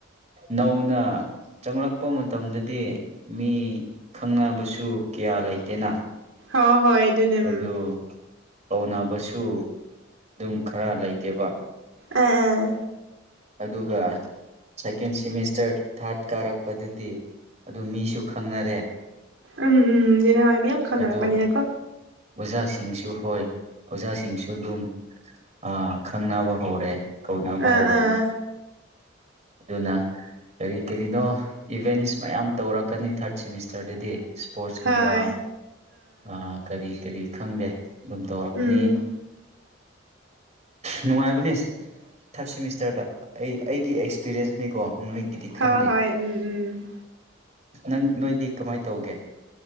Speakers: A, on the right (about 35°); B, on the right (about 80°).
A: ꯅꯧꯅ ꯆꯪꯔꯛꯄ ꯃꯇꯝꯗꯗꯤ ꯃꯤ ꯈꯪꯅꯕꯁꯨ ꯀꯌꯥ ꯂꯩꯇꯦꯅ
B: ꯍꯣ ꯍꯣꯏ ꯑꯗꯨꯅꯦ ꯎꯝ
A: ꯑꯗꯨ ꯀꯧꯅꯕꯁꯨ ꯗꯨꯝ ꯈꯔ ꯂꯩꯇꯦꯕ
B: ꯑꯦ ꯑꯦ
A: ꯑꯗꯨꯒ ꯁꯥꯏꯀꯦꯟ ꯁꯤꯃꯤꯁꯇꯔ ꯊꯥꯠ ꯀꯥꯔꯛꯄꯗꯗꯤ ꯑꯗꯨ ꯃꯤꯁꯨ ꯈꯪꯅꯔꯦ
B: ꯎꯝ ꯎꯝ <unintelligible> ꯃꯤꯌꯥꯝ ꯈꯪꯅꯔꯛꯄꯅꯤꯅꯀꯣ
A: ꯑꯗꯨ ꯑꯣꯖꯥꯁꯤꯡꯁꯨ ꯍꯣꯏ ꯑꯣꯖꯥꯁꯤꯡꯁꯨ ꯑꯗꯨꯝ ꯑꯥ ꯈꯪꯅꯕ ꯍꯧꯔꯦ ꯀꯧꯅꯕ
B: ꯑꯥ
A: ꯍꯧꯔꯅꯤ
B: ꯑꯥ
A: ꯑꯗꯨꯅ ꯀꯔꯤ ꯀꯔꯤꯅꯣ ꯏꯚꯦꯟꯁ ꯃꯌꯥꯝ ꯇꯧꯔꯛꯀꯅꯤ ꯊꯥꯔꯠ ꯁꯤꯃꯤꯁꯇꯔꯗꯗꯤ ꯏꯁꯄꯣꯔꯠꯁꯀꯨꯝꯕ
B: ꯍꯣꯏ
A: ꯑꯥ ꯀꯔꯤ ꯀꯔꯤ ꯈꯪꯗꯦ ꯑꯗꯨꯝ ꯇꯧꯔꯛꯀꯅꯤ
B: ꯎꯝ
A: ꯅꯨꯡꯉꯥꯏꯕꯅꯦ ꯊꯥꯔꯠ ꯁꯤꯃꯤꯁꯇꯔꯗ ꯑꯩ ꯑꯩꯒꯤ ꯑꯦꯛꯁ ꯑꯦꯛꯁꯄꯤꯔꯦꯟꯁꯅꯤꯀꯣ ꯅꯣꯏꯒꯤꯗꯤ
B: ꯍꯣꯏ
A: ꯈꯪꯗꯦ
B: ꯍꯣꯏ ꯎꯝ ꯎꯝ
A: ꯅꯪ ꯅꯣꯏꯗꯤ ꯀꯃꯥꯏ ꯇꯧꯒꯦ